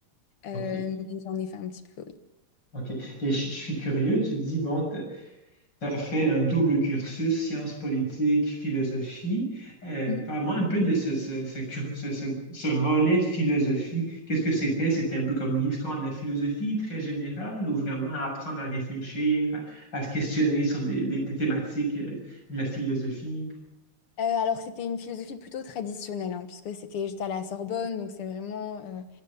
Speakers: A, on the left (about 80°); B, on the left (about 55°).
A: Euh,
B: OK,
A: mais j'en ai fait un petit peu
B: OK. Et je je suis curieux, tu dis, bon, Tu as fait un double cursus, sciences politiques, philosophie. Euh,
A: Mhm.
B: parle-moi un peu de ce, ce, ce cur- ce- ce- ce volet philosophie. Qu'est-ce que c'était? C'était un peu comme l'histoire de la philosophie, très générale, ou vraiment apprendre à réfléchir, à, à se questionner sur des, des- des thématiques euh, de la philosophie.
A: Euh, alors c'était une philosophie plutôt traditionnelle, hein, puisque c'était j'étais à la Sorbonne, donc c'est vraiment euh,